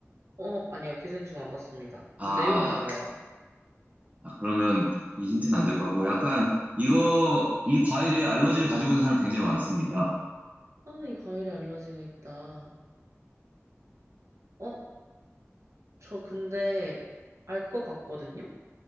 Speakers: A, on the right; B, on the right.
A: 어, 아니요. 기생충 안 봤습니다. 근데
B: 아
A: 내용은 알아요.
B: 아, 그러면 이 힌트는 안 될 것 같고, 약간 이거,
A: 네.
B: 이 과일에 알러지를 가지고 있는 사람 굉장히 많습니다.
A: 아, 이 과일에 알러지가 있다. 어, 저 근데 알 것 같거든요?